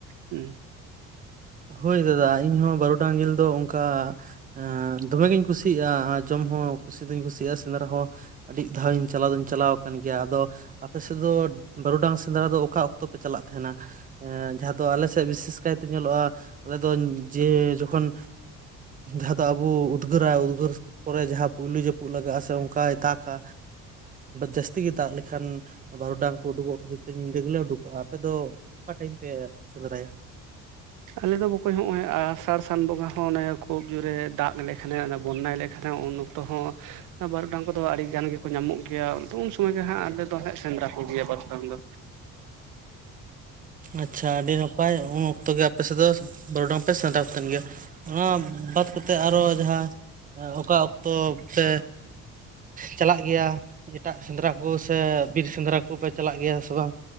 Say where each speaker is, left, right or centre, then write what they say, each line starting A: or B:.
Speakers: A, on the right (about 80°); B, on the right (about 25°).
A: ᱦᱩᱸ
B: ᱦᱳᱭ ᱫᱟᱫᱟ ᱤᱧᱦᱚᱸ ᱵᱟᱨᱩᱰᱟᱝ ᱡᱮᱞ ᱫᱚ ᱚᱱᱠᱟ ᱦᱟᱸ ᱫᱚᱢᱮ ᱜᱤᱧ ᱠᱩᱥᱤᱭᱟᱜᱼᱟ ᱟᱨ ᱡᱚᱢ ᱦᱚᱸ ᱠᱩᱥᱤ ᱫᱩᱧ ᱠᱩᱥᱤᱭᱟᱜᱼᱟ ᱥᱮᱸᱫᱽᱨᱟ ᱦᱚᱸ ᱟᱹᱰᱤ ᱫᱷᱟᱣ ᱤᱧ ᱪᱟᱞᱟᱣ ᱫᱚᱧ ᱪᱟᱞᱟᱣ ᱟᱠᱟᱱ ᱜᱮᱭᱟ ᱟᱫᱚ ᱟᱯᱮ ᱥᱮᱫ ᱫᱚ ᱵᱟᱹᱨᱩᱰᱟᱝ ᱥᱮᱸᱫᱽᱨᱟ ᱫᱚ ᱚᱠᱟ ᱚᱠᱛᱚ ᱯᱮ ᱪᱟᱞᱟᱜ ᱛᱟᱦᱮᱸᱱᱟ ᱮ ᱡᱟᱦᱟᱸ ᱫᱚ ᱟᱞᱮ ᱥᱮᱫ ᱵᱤᱥᱮᱥ ᱠᱟᱭᱛᱮ ᱧᱮᱞᱚᱜᱼᱟ ᱟᱞᱮ ᱫᱚ ᱡᱮ ᱡᱚᱠᱷᱚᱱ ᱡᱟᱦᱟᱸ ᱫᱚ ᱟᱵᱚ ᱩᱫᱽᱜᱟᱹᱨᱟᱭ ᱩᱫᱽᱜᱟᱹᱨ ᱯᱚᱨᱮ ᱡᱟᱦᱟᱸ ᱯᱳᱭᱞᱳ ᱡᱟᱹᱯᱩᱫ ᱞᱟᱜᱟᱜᱼᱟ ᱥᱮ ᱚᱱᱠᱟᱭ ᱫᱟᱜᱼᱟ ᱡᱟᱹᱥᱛᱤ ᱜᱮ ᱫᱟᱜ ᱞᱮᱠᱷᱟᱱ ᱵᱟᱹᱨᱚᱰᱟᱝ ᱠᱚ ᱩᱰᱩᱠᱚᱜ ᱠᱷᱟᱹᱛᱤᱨ ᱛᱮ ᱧᱤᱫᱟᱹ ᱜᱮᱞᱮ ᱩᱰᱩᱠᱚᱜᱼᱟ ᱟᱯᱮ ᱫᱚ ᱚᱠᱟ ᱴᱟᱭᱤᱢ ᱯᱮ ᱥᱮᱸᱫᱽᱨᱟᱭᱟ
A: ᱟᱞᱮ ᱫᱚ ᱵᱚᱠᱚᱧ ᱱᱚᱜᱼᱚᱭ ᱟᱥᱟᱲ ᱥᱟᱱ ᱵᱚᱸᱜᱟ ᱦᱚᱸ ᱚᱱᱮ ᱠᱷᱩᱵ ᱡᱳᱨᱮ ᱫᱟᱜ ᱞᱮᱠᱷᱟᱱᱮ ᱵᱚᱱᱱᱟᱭ ᱞᱮᱠᱷᱟᱱᱮ ᱛᱚ ᱦᱚᱸ ᱵᱟᱹᱨᱰᱟᱝ ᱠᱚᱫᱚ ᱟᱹᱰᱤ ᱜᱟᱱ ᱜᱮᱠᱚ ᱧᱟᱢᱚᱜ ᱜᱮᱭᱟ ᱩᱱ ᱥᱚᱢᱚᱭ ᱜᱮ ᱦᱟᱸᱜ ᱟᱞᱮ ᱫᱚ ᱦᱟᱸᱜ ᱥᱮᱸᱫᱽᱨᱟ ᱠᱚ ᱜᱮᱭᱟ ᱵᱟᱹᱨᱰᱟᱝ ᱫᱚ
B: ᱟᱪᱪᱷᱟ ᱟᱹᱰᱤ ᱱᱟᱯᱟᱭ ᱩᱱ ᱚᱠᱛᱚ ᱜᱮ ᱟᱯᱮ ᱥᱮᱫ ᱫᱚ ᱵᱟᱹᱨᱩᱰᱟᱝ ᱯᱮ ᱥᱮᱸᱫᱨᱟ ᱠᱚ ᱛᱟᱦᱮᱸᱱ ᱜᱮ ᱚᱱᱟ ᱵᱟᱫ ᱠᱟᱛᱮ ᱟᱨᱚ ᱡᱟᱦᱟᱸ ᱚᱠᱟ ᱚᱠᱛᱚ ᱯᱮ ᱪᱟᱞᱟᱜ ᱜᱮᱭᱟ ᱮᱴᱟᱜ ᱥᱮᱸᱫᱽᱨᱟ ᱠᱚ ᱥᱮ ᱵᱤᱨ ᱥᱮᱸᱫᱽᱨᱟ ᱠᱚ ᱯᱮ ᱪᱟᱞᱟᱜ ᱜᱮᱭᱟ ᱥᱮ ᱵᱟᱝ